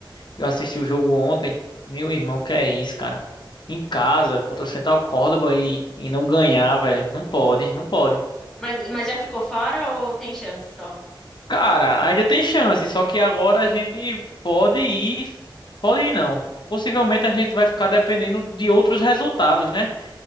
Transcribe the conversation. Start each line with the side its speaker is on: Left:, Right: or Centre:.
Left: eu assisti o jogo ontem. Meu irmão, que é isso, cara? Em casa, contra o Central Córdoba e, e não ganhar, velho. Não pode, não pode.
Centre: Mas, mas já ficou fora ou tem chance só?
Left: Cara, ainda tem chance, só que agora a gente pode ir, pode ir não. Possivelmente a gente vai ficar dependendo de outros resultados, né?